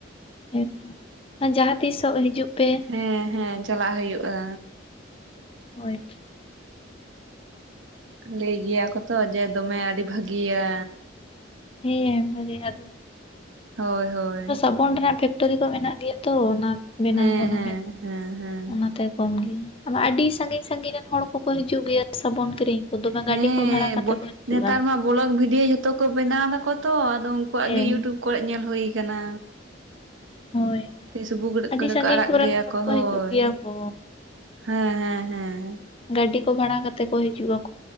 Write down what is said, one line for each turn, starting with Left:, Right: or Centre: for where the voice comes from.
Left: ᱦᱮᱸᱛᱚ ᱡᱟᱦᱟᱸ ᱛᱤᱥᱚᱜ ᱦᱤᱡᱩᱜ ᱯᱮ
Right: ᱦᱮᱸ ᱦᱮᱸ ᱪᱟᱞᱟᱜ ᱦᱩᱭᱩᱜ-ᱟ᱾
Left: ᱦᱳᱭ᱾
Right: ᱞᱟᱹᱭ ᱜᱮᱭᱟ ᱠᱚᱛᱚ ᱡᱮ ᱫᱚᱢᱮ ᱟᱹᱰᱤ ᱵᱷᱟᱹᱜᱤᱭᱟ᱾
Left: ᱦᱮᱸ ᱵᱷᱟᱜᱤ ᱟᱫᱚ
Right: ᱦᱳᱭ ᱦᱳᱭ᱾
Left: ᱥᱟᱵᱚᱱ ᱨᱮᱱᱟᱜ ᱯᱷᱮᱠᱴᱚᱨᱤ ᱠᱚ ᱢᱮᱱᱟᱜ ᱜᱮᱭᱟ ᱛᱚ ᱚᱱᱟ ᱵᱮᱱᱟᱣ
Right: ᱦᱮᱸ
Left: ᱠᱚ ᱱᱚᱸᱰᱮ
Right: ᱦᱮᱸ ᱦᱮᱸ
Left: <inaudible>
Right: ᱦᱮᱸ
Left: ᱚᱱᱟ ᱛᱮ ᱠᱚᱢ ᱜᱮᱭᱟ᱾ ᱟᱨ ᱟᱰᱤ ᱥᱟᱺᱜᱤᱧ ᱥᱟᱺᱜᱤᱧ ᱨᱮᱱ ᱦᱚᱲ ᱠᱚᱠᱚ ᱦᱤᱡᱩᱜ ᱜᱮᱭᱟ ᱥᱟᱵᱚᱱ ᱠᱤᱨᱤᱧ᱾ ᱠᱚ ᱫᱚᱢᱮ
Right: ᱦᱮᱸ
Left: ᱜᱟᱹᱰᱤ ᱠᱚ ᱵᱷᱟᱲᱟ ᱠᱟᱛᱮ
Right: ᱵᱚᱼᱼ
Left: ᱠᱚ ᱦᱤᱡᱩᱜᱼᱟ
Right: ᱱᱮᱛᱟᱨ ᱢᱟ ᱵᱽᱞᱚᱜ ᱵᱷᱤᱰᱭᱳ ᱡᱷᱚᱛᱚ ᱠᱚ ᱵᱮᱱᱟᱣ ᱫᱟᱠᱚ ᱛᱚ ᱟᱫᱚ ᱩᱱᱠᱩ ᱣᱟᱜ
Left: ᱦᱮᱸ
Right: ᱜᱮ ᱭᱩᱴᱩᱵᱽᱼᱼ ᱠᱚᱨᱮᱜ ᱧᱮᱞ ᱦᱩᱭ ᱠᱟᱱᱟ᱾
Left: ᱦᱳᱭ᱾ ᱦᱳᱭ
Right: ᱯᱷᱮᱥᱵᱩᱠ ᱲᱮ
Left: ᱟᱹᱰᱤ
Right: ᱠᱚᱲᱮ
Left: ᱥᱟᱺᱜᱤᱧ
Right: ᱠᱚ ᱟᱲᱟᱜᱽ
Left: ᱠᱚᱨᱮᱱ
Right: ᱜᱮᱭᱟ
Left: ᱦᱚᱲ
Right: ᱠᱚ ᱦᱳᱭ,
Left: ᱦᱤᱡᱩᱜ ᱜᱮᱭᱟ ᱠᱚ
Right: ᱦᱮᱸ ᱦᱮᱸ ᱦᱮᱸ ᱦᱮᱸ᱾
Left: ᱜᱟᱹᱰᱤ ᱠᱚ ᱵᱷᱟᱲᱟ ᱠᱟᱛᱮᱜ ᱠᱚ ᱦᱤᱡᱩᱜ-ᱟ ᱠᱚ᱾